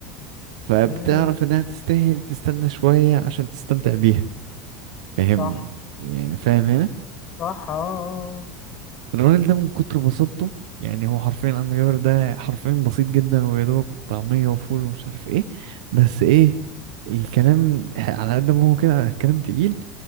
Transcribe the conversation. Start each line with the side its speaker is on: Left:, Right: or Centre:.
Right: فبتعرف
Left: مم.
Right: انها تستاهل تستنى شوية عشان تستمتع بيها فاهم
Left: صح
Right: يعني فاهم هنا
Left: صح اه
Right: الراجل ده من كتر بساطته يعني هو حرفيا عم جابر ده حرفيا بسيط جدا ويا دوبك طعمية وفول ومش عارف ايه بس ايه الكلام على قد ما هو كده على الكلام تقيل